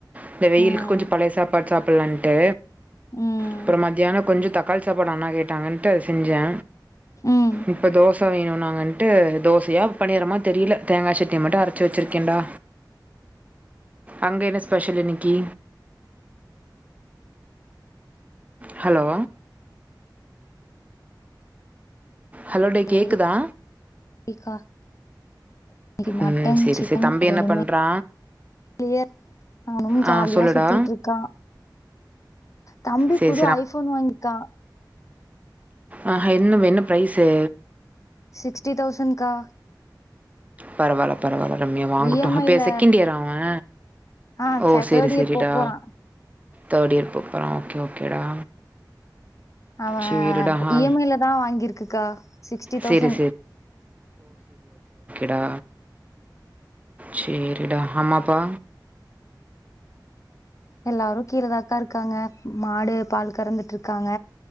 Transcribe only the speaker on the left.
ம்
ம்
ம்
சேரி
சேரிக்கா இன்னைக்கு மட்டன்
சிக்கன்
ரெண்டுமே
கிளியர் அவ்னும்
ஜாலியா
சுத்திட்டுருக்கா தம்பி
புது ஐ ஃபோன் வாங்கிக்கா
சிக்ஸ்டி தௌசன் கா
இ எம்
ஐ ல
ஆ
ச
தேர்ட்
இயர் போ போறா
அவே
இ எம் ஐ ல தா வாங்கியிருக்குக்கா சிக்ஸ்டி
தௌசன்
எல்லாரு கீழதாக்கா இருக்காங்க மாடு பால் கறந்துட்டு இருக்காங்க